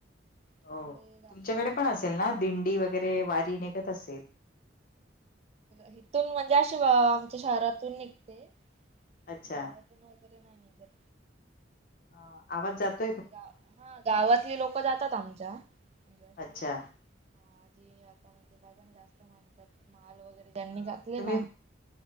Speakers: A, on the right; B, on the left.
A: तिकडे
B: हो
A: जातात
B: तुमच्याकडे
A: बाहेर.
B: पण असेल ना दिंडी वगैरे वारी निघत असेल.
A: हितून म्हणजे अशी आमच्या शहरातून निघते.
B: अच्छा
A: गावातून वगैरे नाही निघत.
B: हा आवाज जातो.
A: गा - हा गावातली लोक जातात आमच्या. म्हणजे अशी
B: अच्छा,
A: हा.. जी आता म्हणजे बघा ना जास्त म्हणतात माल वगैरे <inaudible> त्यांनी
B: अ,
A: घातले
B: तुम्ही
A: ना